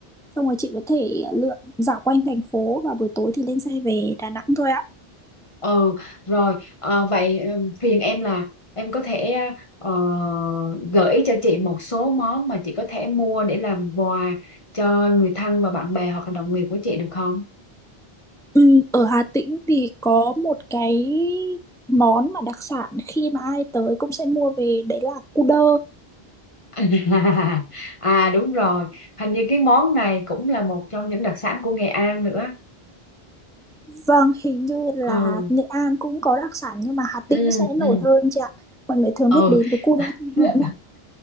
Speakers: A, in the centre; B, on the left.
A: xong rồi chị có thể lượn dạo quanh thành phố và buổi tối thì lên xe về Đà Nẵng thôi ạ.
B: Ừ, rồi, ờ, vậy ờ, phiền em là em có thể ờ, gợi ý cho chị một số món mà chị có thể mua để làm quà cho người thân và bạn bè hoặc là đồng nghiệp của chị được không?
A: Ừ, ở Hà Tĩnh thì có một cái món mà đặc sản khi mà ai tới cũng sẽ mua về đấy là cu đơ.
B: <laughs> À đúng rồi, hình như cái món này cũng là một trong những đặc sản của Nghệ An nữa.
A: Vâng, hình như là
B: Ừ,
A: Nghệ An cũng có đặc sản nhưng mà Hà
B: ừ,
A: Tĩnh sẽ
B: ừ,
A: nổi hơn chị ạ. Mọi người thường
B: ừ.
A: biết đến với cu
B: <laughs>
A: đơ thư viện là